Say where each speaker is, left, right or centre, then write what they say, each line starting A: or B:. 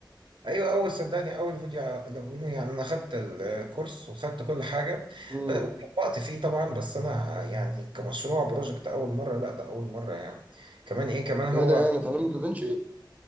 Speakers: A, on the right (about 80°); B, on the right (about 20°).
A: ايوه اول صدقني اول فيديو الونه يعني انا خدت الكورس وخدت كل حاجه
B: امم
A: ب- وطبقت فيه طبعا بس انا يعني كمشروع بروجكت اول مره لا ده اول مره يعني كمان ايه كمان هو
B: ايه ده يعني اتعلمت دافنشي